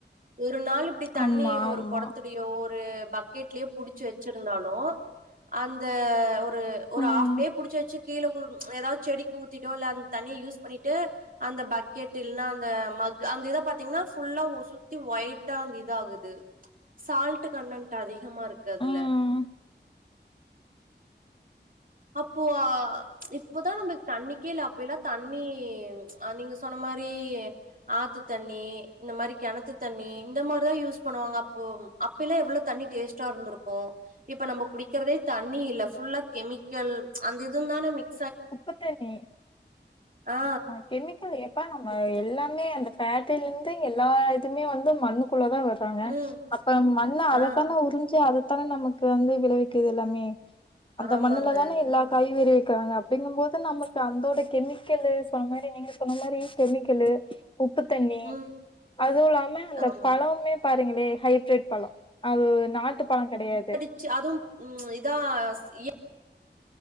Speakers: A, on the right; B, on the left.
A: ஒரு நாள் இப்புடி தண்ணி
B: ஆமா
A: ஒரு
B: ஆமா
A: கொடத்துலயோ ஒரு பக் கெட்லயோ புடிச்சு வெச்சிருந்தாலும் அந்த ஒரு ஒரு
B: ம்
A: ஹாஃப் டே புடிச்சு வெச்சு கீழ ஊருன் ஏதாவது செடிக்கு ஊத்திட்டோ இல்ல அந் தண்ணிய யூஸ் பண்ணிட்டு அந்த பக்கெட் இல்ன்னா அந்த மக் அந்த இத பாத்தீங்கன்னா ஃபுல்லா ஊ சுத் த்தி ஒயிட்டா அந்த இத ஆகுது சால்ட் கன்டன்ட் அதிகமா இருக்கு அதுல
B: ம்
A: அப்போ இப்போதான் நம்புளுக்கு தண்ணிக்கே இல்ல அப்பைல்லா தண்ணி அ நீங்க சொன்ன மாரி ஆத்து தண்ணி இந்த மாரி கெணத்து தண்ணி இந்த மாரிதான் யூஸ் பண்ணுவாங்க அப்போ ம் அப்ப எல்லா எவ்வளோ தண்ணி டேஸ்ட்டா இருந்துருக்கும் இப்ப நம்போ குடிக்கிறதே தண்ணி இல்ல ஃபுல்லாக் கெமிக்கல் அந்த இதும் தான மிக்
B: உப்புத்தண்ணி
A: ஆ
B: மா கெமிக்கல் ஏப்பா நம்ம
A: உப்பு தண்ணி
B: எல்லா ம்மே அந்த ஃபேக்ட்ரிலந்து எல்லா இதுவுமே வந்து மண்ணுக்குள்ள தா வருத் ட்டாங்க
A: ம்
B: அப்ப மண்ண அதத்தான்னா
A: ஆ
B: உறிஞ்சு அதத் த்தானே நமக்கு வந்து விளைவிக்குது எல்லாமே அந்த
A: ஆமாங்க
B: மண்ணுல தானே எல்லா காயு விளைவிக்குறாங்க அப் ப்டிங்கும் போது நமக்கு அந்தோட கெமிக்கெல்லு சொன்ன மாரி நீங்க சொன்ன மாரி கெமிக்கெல்லு உப்பு தண்ணி
A: ம்
B: அதுவும் இல்லாம அந்த
A: ஆமாங்க
B: பழம்மே பாருங்களே ஹைப்ரிட் பழம் அது நாட்டு பழம் கெடையாது
A: ச்சி அதுவும் ம் இதா ஸ் ஏ